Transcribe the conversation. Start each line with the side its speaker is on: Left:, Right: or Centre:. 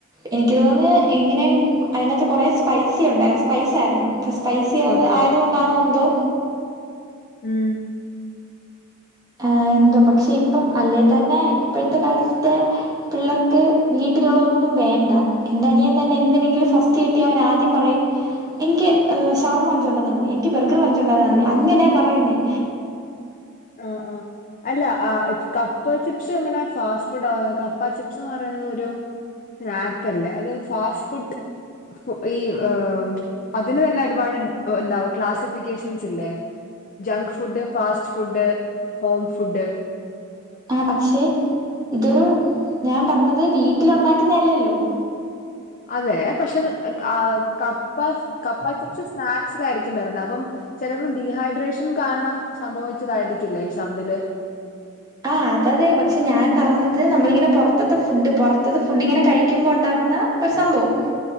Right: എനിക്ക് തോന്നുന്നത് എങ്ങിനെ അടിനകത്തു കുറെ സ്പൈസി ഉണ്ടായിരുന്നു സ്‌പൈസി
Left: ഓക്കെ
Right: ആയതുകൊണ്ടാണോ എന്തോ
Left: ഉം
Right: ഏ എന്തോ പക്ഷേ ഇപ്പം അല്ലേ തന്നെ ഇപ്പഴത്തെ കാലത്തെ പിള്ളേർക്ക് വീട്ടിലുള്ള ഒന്നും വേണ്ട. എന്റെ അനിയൻ തന്നെ എന്തിനെങ്കിലും ഫസ്റ്റ് കിട്ടിയാ അവൻ ആദ്യം പറയും എനിക്ക് ഏ ഷവർമ്മ വാങ്ങിച്ചോണ്ടെന്നമതി, എനിക്ക് ബർഗറ് വാങ്ങിച്ചോണ്ടെന്നമതി അങ്ങനെ പറയുന്നേ.
Left: ആ ആ അല്ല ആ കപ്പാ ചിപ്സ് എങ്ങനെ ഫാസ്റ്റ് ഫുഡ്‌ ആവ്ന്നത്? കപ്പ ചിപ്സ് ന്ന് പറയിണത് ഒരു സ്നാക്ക് അല്ലെ, അത് ഫാസ്റ്റ് ഫുഡ്‌ ഈ ഏ അതിന് തന്നെ ഒരുപാട് എന്താ ക്ലാസ്സിഫിക്കേഷൻസ് ഇല്ലേ? Junk food, fast food, home food.
Right: ആ പക്ഷെ ഇതൊറു ഞാൻ പറഞ്ഞ ഇത് വീട്ടിലുണ്ടാക്ക്ന്നേ അല്ലെല്ലോ
Left: അതെ പക്ഷെ ഇത് കാ കപ്പ സ് കപ്പ ചിപ്സ് സ്നാക്സ് ന് ആയിരി യിരിക്കും വരുന്ന ചിലപ്പോ ഡിഹൈട്രേഷൻ കാരണം സംഭവിച്ചതായിരിക്കില്ലേ ശർദ്ദിൽ
Right: ആ അത് അതേ പക്ഷെ ഞാൻ പറഞ്ഞത് നമ്മളിങ്ങനെ പുറത്തത്ത പുറത്തത്ത ഫുഡ് കഴിക്കുമ്പോ ഉണ്ടാവുന്ന ഒരു സംഭവം